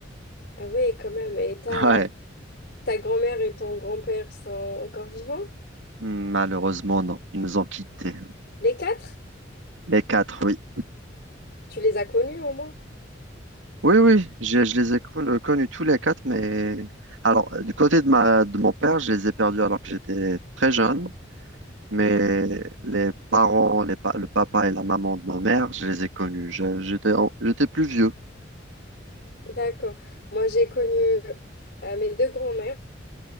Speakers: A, on the left (about 55°); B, on the right (about 80°).
A: Ah oui, quand même. Et
B: <laughs>
A: ta,
B: Ouais.
A: ta grand-mère et ton grand-père sont encore vivants?
B: Malheureusement, non. Ils nous ont quittés.
A: Les quatre?
B: Les quatre, oui.
A: Tu les as connus au moins?
B: Oui, oui, je, je les ai con- euh, connus tous les quatre, mais alors euh, du côté de ma de mon père, je les ai perdus alors que j'étais très jeune, mais les parents, les pa- le papa et la maman de ma mère, je les ai connus. Je- J'étais en- j'étais plus vieux.
A: D'accord. Moi, j'ai connu euh, mes deux grands-mères.